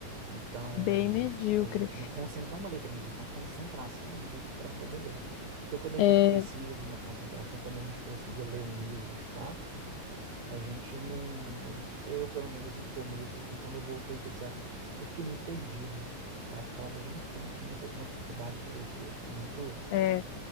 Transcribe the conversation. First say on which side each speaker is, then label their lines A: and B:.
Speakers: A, on the right (about 80°); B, on the left (about 80°).
A: Então,
B: Bem medíocre.
A: a gente, uma concen- não uma leitura medíocre, uma concentração medíocre para poder ler. Então, quando a
B: É,
A: gente precisa de uma concentração, quando a gente precisa ler um livro de fato, a gente não, a gente, eu pelo menos no começo, assim, quando eu voltei com esse hábito, eu fiquei muito perdido, sabe? Eu falava, gente, como assim? Eu tô com uma dificuldade de leitura aqui, muito,
B: é.